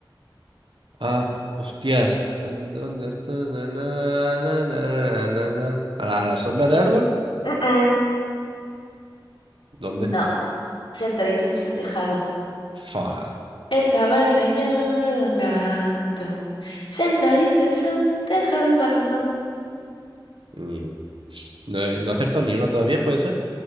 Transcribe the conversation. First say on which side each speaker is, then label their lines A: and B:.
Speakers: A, on the right; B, on the left.
A: Ah, hostias. ¿en ¿Dónde está? Na, na, na, na, na, na, na. ¿A la, a la sombra del árbol?
B: Mm, mm.
A: ¿Dónde?
B: No, sentadito en su tejado.
A: Fa.
B: Estaba el señor Don Gato, sentadito en su tejado, marrón
A: Mm. No he, no he acertado ni una todavía, ¿puede ser?